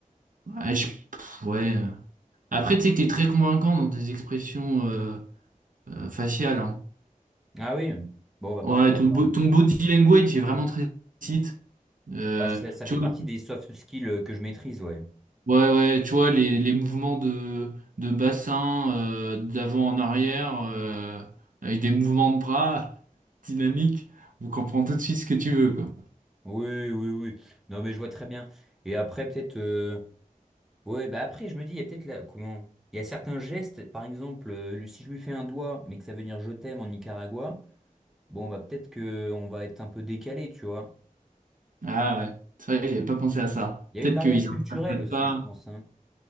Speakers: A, on the right (about 70°); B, in the centre.
A: Ouais, je- pff, ouais. Après, tu sais que t'es très convaincant dans tes expressions euh, euh, faciales. hein.
B: Ah oui? Bon, bah
A: Ouais,
B: parfait
A: ton,
B: alors.
A: bo- ton body language est vraiment très site. Euh,
B: Bah, ça, ça
A: tu
B: fait
A: vois,
B: partie des soft skills euh, que je maîtrise, ouais.
A: ouais, ouais, tu vois les, les mouvements de, de bassin euh, d'avant en arrière euh, avec des mouvements de bras dynamiques, on comprend tout de suite ce que tu veux, quoi.
B: Oui, oui, oui. Non, mais je vois très bien. Et après, peut-être. euh, Ouais, bah après, je me dis, il y a peut-être là. Comment? Il y a certains gestes, par exemple, euh, le- si je lui fais un doigt, mais que ça veut dire je t'aime en Nicaragua, bon, bah peut-être que on va être un peu décalé, tu vois.
A: Ah ouais, c'est vrai que j'avais pas pensé à ça.
B: Il y a
A: Peut-être
B: une barrière
A: qu'ils
B: culturelle
A: interprètent
B: aussi,
A: pas.
B: je pense, hein.